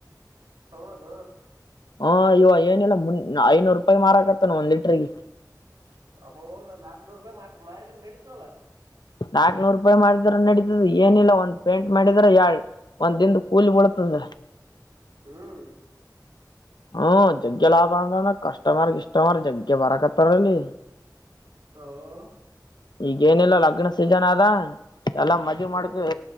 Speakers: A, on the right; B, on the left.
A: ಹೌದ
B: ಹಾ ಇವ ಏನಿಲ್ಲ ಮುನ್ ಐನೂರು ರೂಪಾಯಿ ಮಾರಕತ್ತನ ಒಂದ್ ಲೀಟ್ರಿಗ.
A: ಅಬೋ ನಾನ್ ನಾಕ್ನೂರು ರೂಪಾಯಿ ಮಾರಿದ್ರ ನಡೀತದ ಅಲ್ಲಾ.
B: ನಾಕ್ನೂರು ರೂಪಾಯಿ ಮಾಡಿದ್ರ ನಡೀತದ ಏನಿಲ್ಲ ಒಂದ್ ಪೇಂಟ್ ಮಾಡಿದ್ರ ಯಾಳ್ ಒಂದ್ ದಿನ ಕೂಲಿ ಬಿಳತದ.
A: ಹ್ಮ್
B: ಹ್ಮ ಜಗ್ಗಿ ಲಾಭ ಆದಣ್ಣ ಕಷ್ಟಮರ್ ಗಿಷ್ಟಮರ್ ಜಗ್ಗೆ ಬರಕತ್ತಾರಲ್ಲಿ.
A: <unintelligible>
B: ಈಗೇನಿಲ್ಲ ಲಗ್ನ ಸೀಜನ್ ಆದ ಎಲ್ಲಾ ಮದ್ವಿ
A: ಹ್ಮ್
B: ಮಾಡ್ಕ